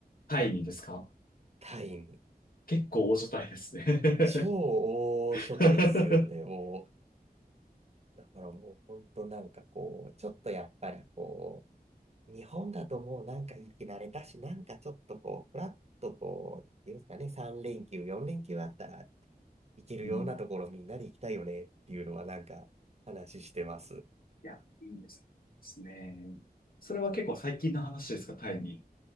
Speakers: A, on the left; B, on the right.
A: タイにですか
B: タイに。
A: 結構大所帯ですね。
B: 超大所帯っすよね、
A: <laughs>
B: もう。だからもう本当なんかこう、ちょっとやっぱりこう、日本だともうなんか生き慣れたし、なんかちょっとこう、ふらっとこう、なんていうんですかね、3連休、4連休あったら行けるようなところみんなで行きたいよねっていうのはなんか話してます。
A: うん。いや、いいんです。ですね。それは結構最近の話ですか、タイに。